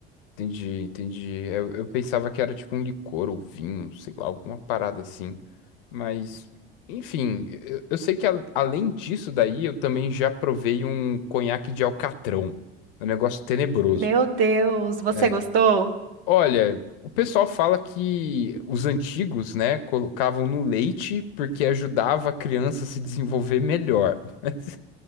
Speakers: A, on the left; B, on the right.
A: Entendi, entendi. Eu, eu pensava que era tipo um licor ou vinho, sei lá, alguma parada assim. Mas, enfim, eu, eu sei que a- além disso daí, eu também já provei um conhaque de alcatrão. É Um negócio tenebroso.
B: Meu Deus, você
A: É.
B: gostou?
A: Olha, o pessoal fala que os antigos, né, colocavam no leite porque ajudava a criança a se desenvolver melhor. <laughs> Mas